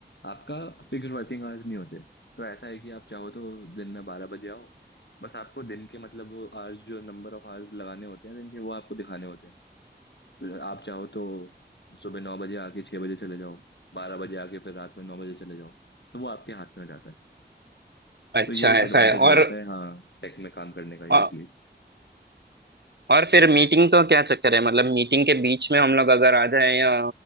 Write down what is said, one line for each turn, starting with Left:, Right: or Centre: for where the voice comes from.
Left: आपका फिक्स वर्किंग आवर्स नहीं होते तो ऐसा है कि आप चाहो तो दिन में बारह बजे आओ बस आपको दिन के मतलब वो आवर्स जो नंबर ऑफ आवर्स लगाने होते हैं दिन के वो आपको दिखाने होते हैं तो आप चाहो तो सुबह नौ बजे आके छः बजे चले जाओ बारह बजे आके फिर रात में नौ बजे चले जाओ तो वो आपके हाथ में हो जाता है
Right: अच्छा
Left: तो ये एक
Right: ऐसा
Left: एडवांटेज
Right: है और
Left: हो जाता है हाँ टेक में काम करने का ये
Right: औ-
Left: एटलीस्ट
Right: और फिर मीटिंग तो क्या चक्कर है मतलब मीटिंग के बीच में हम लोग अगर आ जाए या